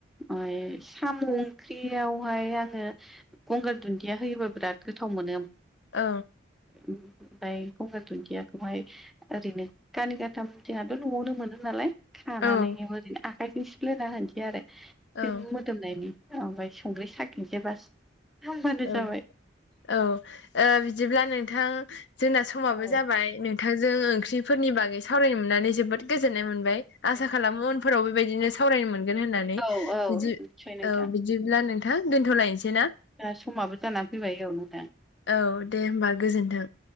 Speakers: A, in the centre; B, on the left.
A: फ्राय साम' ओंख्रियावहाय आङो गंगार दुन्दिया होयोबा बिराद गोथाव मोनो
B: ओ
A: ओमफ्राय गंगार दुन्दियाखौहाय ओरैनो गानै गा थामथिंहाथ' न'आवनो मोनो नालाय खानानैबो
B: औ
A: ओरैनो आखाइजों सिफ्लेना होनोसै आरो
B: औ
A: जों मोदोमनायनि ओमफ्राय संख्रि साखेनसै बास होमबानो
B: औ
A: जाबाय
B: औ बिदिब्ला नोंथां जोंना समाबो
A: औ
B: जाबाय नों मोथाजों ओंख्रिफोरनि बागै सावरायनो मोननानै जोबोद गोजोननाय मोनबाय आसा
A: गोजोन
B: खालामो फोराव बेबायदिनो सावरायनो मोनगोन होननानै
A: औ औ
B: बिदि
A: निसय नोंथां
B: औ बिदिब्ला नोंथां दोनथ'लायनोसै ना
A: दा समाबो जानानै फैबाय औ नोंथां
B: औ दे होमबा गोजोन्थों